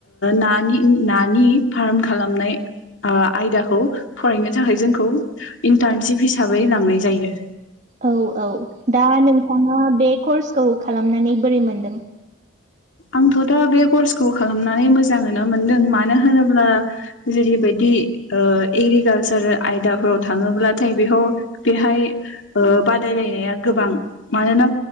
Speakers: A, on the left; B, on the right.
A: नानि नानि फार्म खालामनाय आयदाखौ फरायनो थाखाय जोंखौ इन्टार्नशिप हिसाबै लांनाय जायो
B: औ औ दा नोंथाङा बे कर्सखौ खालामनानै बोरै मोनदों
A: आं थ दा बे कर्स खालामनानै मोजांनो मोनदों मानो होनोब्ला जेरैबायदि एग्रिकालसार आयदाफोराव थाङोब्लाथाय बेयाव बेहाय बादायलायनाया गोबां मानोना